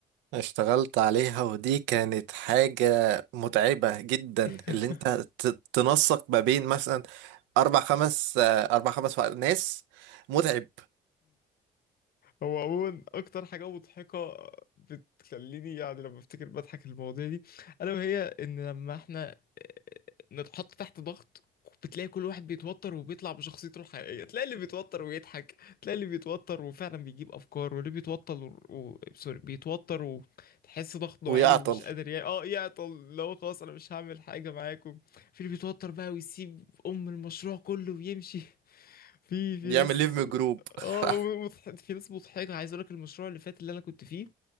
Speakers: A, on the right; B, on the left.
A: اشتغلت عليها ودي كانت حاجة متعبة جدا
B: <laughs>
A: اللي انت ت- تنسق ما بين مثلا اربع خمس آه، اربع خمس ناس متعب
B: هو عموما اكتر حاجه مضحكه بتخليني يعني لما افتكر بضحك المواضيع دي الا وهي ان لما احنا آه، نتحط تحت ضغط بتلاقي كل واحد بيتوتر وبيطلع بشخصيته الحقيقيه تلاقي اللي بيتوتر ويضحك تلاقي اللي بيتوتر وفعلا بيجيب افكار واللي بيتوتر و... سوري بيتوتر وتحس ضغطه
A: ويعطل
B: عالي ومش قادر يعني اه يعطل لو خلاص انا مش هعمل حاجه معاكم في اللي بيتوتر بقى ويسيب ام المشروع كله ويمشي في في
A: يعمل
B: ناس
A: ليف جروب <laughs>
B: اه مضح... في ناس مضحكه عايز اقول لك المشروع اللي فات اللي انا كنت فيه